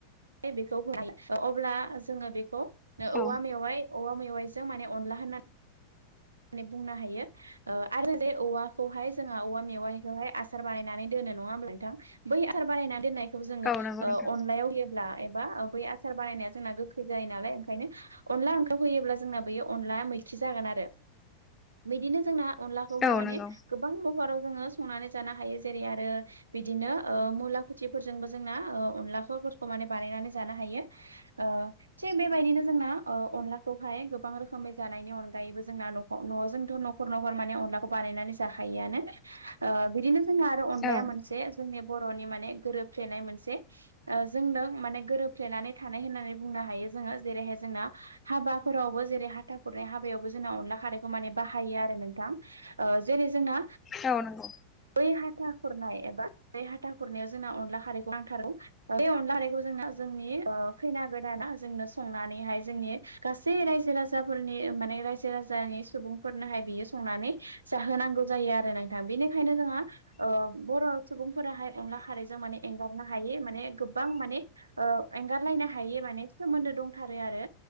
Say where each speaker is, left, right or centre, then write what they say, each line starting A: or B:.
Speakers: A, on the right; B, on the left.
A: बेखौ होनाय अब्ला जोङो बेखौ
B: औ
A: औवा मेवाइ औवा मेवाइजों माने अनला होननानै बुंनो हायो। ओ आरो जे औवाखौहाय जोंहा औवा मेवानिखौहाय आसार बानायनानै दोनो नङा होमब्ला नोंथां। बै आसार बानायना दोननायखौ जोङो
B: औ नंगौ
A: ओ
B: नोंथां
A: अनलायाव ला एबा बै आसार बानायनाया जोंना गोखै जायो नालाय ओंखायनो अनला <unintelligible> होयोब्ला जोंना बेयो अनलाया मैखि जागोन आरो बिदिनो जोंना अनलाखौहाय
B: औ
A: माने
B: नंगौ
A: गोबां महराव जोङो संनानै जानो हायो जेरै आरो बिदिनो ओ मुला खुथिफोरजोंबो जोंना ओ अनलाखौफोरखौ माने बानायनानै जानो हायो। ओ थिग बेबायदिनो जोंना ओ अनलाखौहाय गोबां रोखोमै जानायनि अनगायैबो जोंना न न' जोंथ' न'खर न'खर माने अनलाखौ बानायनानै जाखायोआनो ओ बिदिनो जोंना आरो अनलाया
B: औ
A: मोनसे जोंनि बर'नि माने गोरोबफ्लेनाय मोनसे ओ जोंदों माने गोरोबफ्लेनानै थानाय होननानै बुंनो हायो जोङो जेरैहाय जोंना हाबाफोरावबो जेरै हाथा खुरनाय हाबायावबो जोंना अनला खारखौ माने बाहायो आरो नोंथां। ओ जेरै जोंना
B: औ नोंगौ।
A: बै हाथा खुरनाय एबा बे हाथा खुरनायाव जोंना अनला खारैखौ नांथारो। बे अनला हारैखौ जोंना जोंनि ओ खैना गोदाना जोंनो संनानैहाय जोंनि गासै रायजो राजाफोरनि माने रायजो राजानि सुबुंफोरनोहाय बियो संनानै जाहोनांगौ जायो आरो नोंथां बेनिखायनो जोंहा ओ बर' सुबुंफोराहाय अनला खारैजों माने एंगारनो हायै माने गोबां माने ओ एंगारलायनो हायि माने सोमोन्दो दंथारो आरो